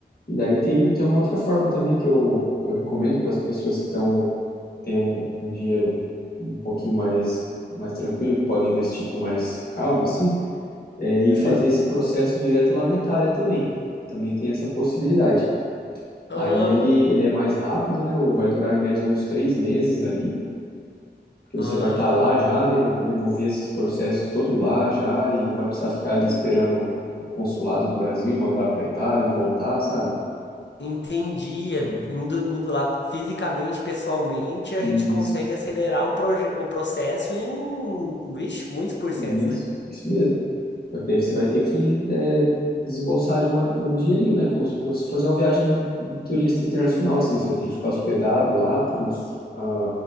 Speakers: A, on the left (about 60°); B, on the left (about 80°).
A: E daí tem, tem uma outra forma também que eu, eu recomendo para as pessoas que estão têm um, um dinheiro um pouquinho mais, mais tranquilo, que podem investir com mais calma, assim, é ir
B: Sim.
A: fazer esse processo direto lá na Itália também. Também tem essa possibilidade.
B: Ah,
A: Aí ele, ele é mais rápido, né? Ou vai durar em média uns três meses ali, porque você
B: ah,
A: vai estar lá já, né? E vai poder mover esses processos todo lá já, e não vai precisar ficar ali esperando o consulado do Brasil mandar para a Itália e voltar, sabe?
B: entendi. É, Indo, indo lá fisicamente, pessoalmente, a
A: E
B: gente consegue acelerar o, proje- o processo em, vixe, muitos porcentos,
A: Isso,
B: né?
A: isso mesmo. Só que daí você vai ter que é, desembolsar ali uma- um dinheirinho, né? Como se fosse fazer uma viagem turista internacional, assim. Você vai ter que ficar hospedado lá por uns ah,